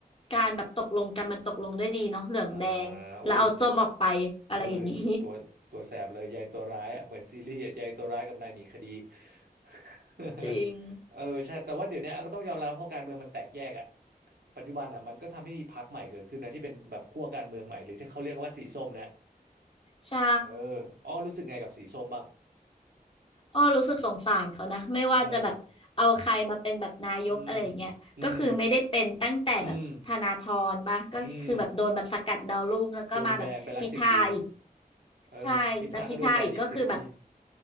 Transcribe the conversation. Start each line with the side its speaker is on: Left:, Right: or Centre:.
Left: การแบบตกลงกันมันตกลงด้วยดีเนาะเหลืองแดงแล้วเอาส้มออกไปอะไรอย่างงี้
Right: อ่าอุ้ยอุ้ยตัวตัวแสบเลยยายตัวร้ายอ่ะเหมือนซีรีส์อ่ะยายตัวร้ายกับนายหนีคดี <laughs>
Left: <laughs> จริง
Right: เออใช่แต่ว่าเดี๋ยวนี้ก็ต้องยอมรับเพราะการเมืองมันแตกแยกอ่ะปัจจุบันอ่ะมันก็ทำให้มีพรรคใหม่เกิดขึ้นนะที่เป็นแบบขั้วการเมืองใหม่หรือที่เขาเรียกกันว่าสีส้มนะ
Left: ใช่
Right: เอออ้อรู้สึกไงกับสีส้มบ้าง
Left: อ้อรู้สึกสงสารเขานะไม่ว่าจะแบบเอาใครมาเป็นแบบนายกอะไรอย่างเงี้ยก็คือไม่ได้เป็นตั้งแต่แบบธนาธรปะก็คือแบบโดนแบบสกัดดาวรุ่งแล้วก็มาแบบพิธาอีก
Right: เอออืมอืมอืมอืมโดนแบนไปละสิบปีเออพิธาก็โดนแบนอีกสิบปี
Left: ใช่แล้วพิธาอีกก็คือแบบ